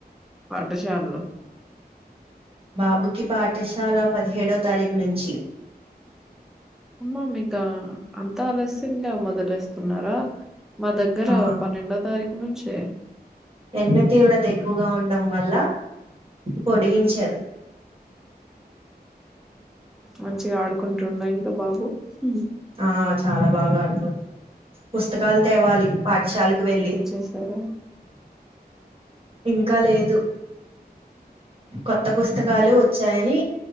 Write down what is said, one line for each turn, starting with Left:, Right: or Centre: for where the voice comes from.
Centre: పాఠశాలలో
Right: బాబుకి పాఠశాల పదిహేడవ తారీఖు నుంచి
Centre: అమ్మా మీకా అంతా ఆలస్యంగా మొదలేస్తున్నారా మా దగ్గర
Right: ఆ
Centre: పన్నెండో తారీఖు నుంచే
Right: ఎండ తీవ్రత ఎక్కువగా ఉండడం వల్ల పొడిగించారు
Centre: మంచిగా ఆడుకుంటుండా ఇంకా బాబు ఉమ్
Right: ఆ చాలా బాగా ఆడుకుంటూ పుస్తకాలు తేవాలి పాఠశాలకు వెళ్ళి
Centre: చేశారా
Right: ఇంకా లేదు కొత్త పుస్తకాలు
Centre: మ్మ్
Right: వచ్చి వచ్చాయని